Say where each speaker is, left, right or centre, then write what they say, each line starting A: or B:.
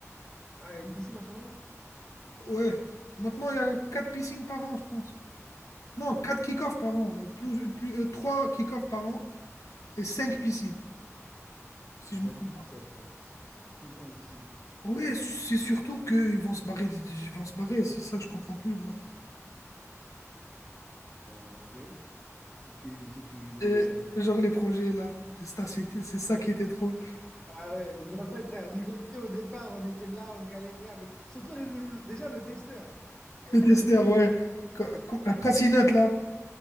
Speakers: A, on the left; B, on the left.
A: Ah, il y a une piscine en ce moment?
B: Ouais. Maintenant, il y a 4 piscines par an, je pense. Non,
A: Putain,
B: 4 kick-offs par an. Et Plus, plus, euh, 3 kick-offs par an et cinq piscines, si
A: ils
B: je me
A: abusent
B: trompe pas.
A: aussi avec leur piscine. C'est tout le temps une piscine, quoi.
B: Oui, c'est surtout qu'ils vont se barrer. Ils vont se barrer, c'est ça que je comprends plus, moi.
A: Bon, bref, ok. Peut-être que- peut-être qu'ils
B: Et,
A: ont changé.
B: genre les projets, là. C'est ça, c'était- c'est ça qui était drôle.
A: Ah ouais, je me rappelle, frère, l'IVFT, au départ, on était là, on galérait avec... Surtout le- le- le- déjà le testeur. Eh,
B: Les
A: Norminet,
B: testeurs, ouais. Quand- quand- Francinette, là.